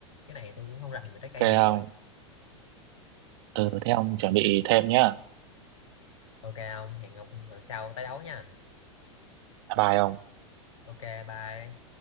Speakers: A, on the left; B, on the right.
A: cái này tôi cũng không rành về trái
B: ok
A: cây nhiều
B: ông
A: rồi
B: ừ thế ông chuẩn bị thêm nhá
A: ok ông hẹn ông lần sau tái đấu nha
B: bye bye ông
A: ok bye